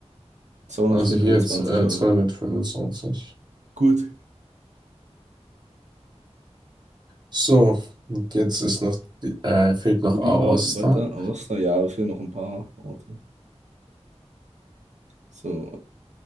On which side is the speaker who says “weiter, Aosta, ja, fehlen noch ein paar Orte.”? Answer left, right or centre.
Right